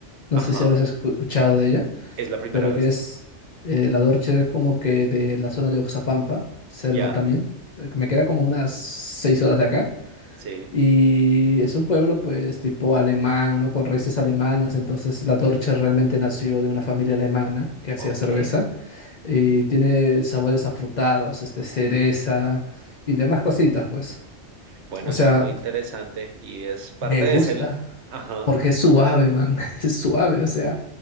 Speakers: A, on the left; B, on the right.
A: No
B: Ajá,
A: sé si habrás escuchado de ella,
B: es la primera
A: pero
B: vez.
A: que es, eh, la Dorcher es como que de la zona de Oxapampa, selva
B: Ya,
A: también. eh, Me queda como unas seis horas de acá.
B: sí.
A: Y es un pueblo, pues, tipo alemán, ¿no? Con raíces alemanas. Entonces, la Dorche realmente nació de una familia alemana que hacía
B: Ok.
A: cerveza. Y tiene sabores afrutados, este, cereza y demás cositas, pues.
B: Bueno,
A: O sea,
B: eso es muy interesante y es parte
A: me gusta
B: de ese, ajá,
A: porque es suave, man. <laughs> Es suave, o sea,